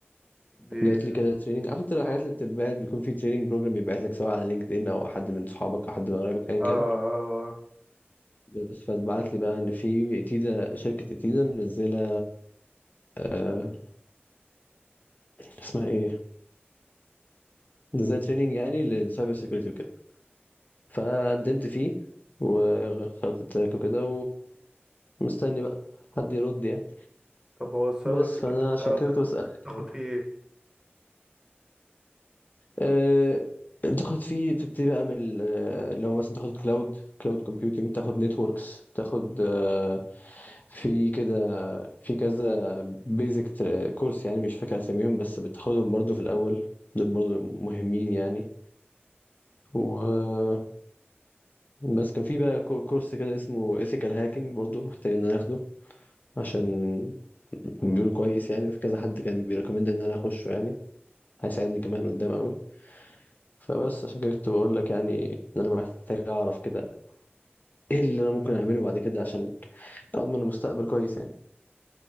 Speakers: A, on the right; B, on the left.
A: دي
B: جات لي كده تريننج عارف انت الحاجات اللي بتتبعت بيكون في تريننج بروجرام بيبعت لك سواء على لينكد ان او حد من صحابك او حد من قرايبك ايا
A: اه آه.
B: كان
A: آه.
B: بس فاتبعت لي بقى ان في تيدا شركة تيدا منزلة آه، اسمها ايه منزلة تريننج يعني للسايبر سيكيورتي وكده فقدمت فيه وخدت التراك وكده ومستني بقى حد يرد يعني
A: طب هو السايبر
B: بس
A: سيكيورتي
B: فانا عشان
A: ده
B: كده كنت بسألك
A: بتاخد
B: يعني
A: فيه ايه
B: أه تاخد فيه بتبتدي بقى من ال- آه، لو مثلا تاخد كلاود كلاود كومبيوتنج تاخد نتوركس تاخد آه، في كده في كذا بيزك كورس يعني مش فاكر اساميهم بس بتاخدهم برضو في الاول دول برضو مهمين يعني و بس كان في بقى كو- كورس كده اسمه ethical hacking برضو محتاج ان انا اخده عشان بيقول كويس يعني في كذا حد كان بيريكومند ان انا اخشه يعني هيساعدني كمان قدام قوي فبس عشان كده كنت بقول لك يعني ان انا محتاج اعرف كده ايه اللي انا ممكن اعمله بعد كده عشان اضمن مستقبل كويس يعني